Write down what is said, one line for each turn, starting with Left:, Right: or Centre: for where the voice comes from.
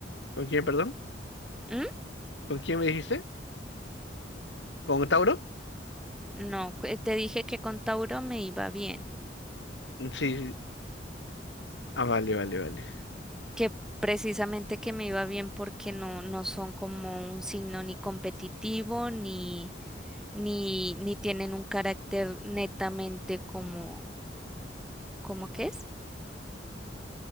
Left: ¿Con quién, perdón?
Centre: ¿Mm?
Left: ¿Con quién me dijiste? ¿Con Tauro?
Centre: No, cu- te dije que con Tauro me iba bien,
Left: Sí. sí. Ah, vale, vale, vale.
Centre: que precisamente que me iba bien porque no, no son como un signo ni competitivo, ni, ni, ni tienen un carácter netamente como, ¿cómo que es?